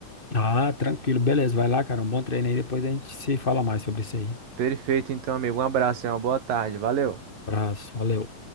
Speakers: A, on the left (about 15°); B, on the right (about 85°).
A: Ah, tranquilo, beleza, vai lá, cara. Um bom treino aí, depois a gente se fala mais sobre isso aí.
B: Perfeito, então, amigo. Um abraço e uma boa tarde. Valeu.
A: Abraço, valeu.